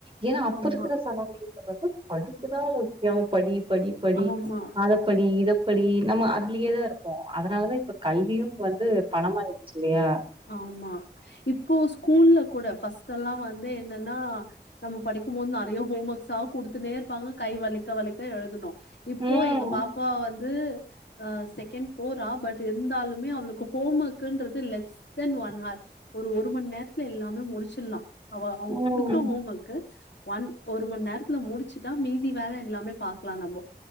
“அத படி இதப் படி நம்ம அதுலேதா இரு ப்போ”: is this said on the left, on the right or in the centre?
Right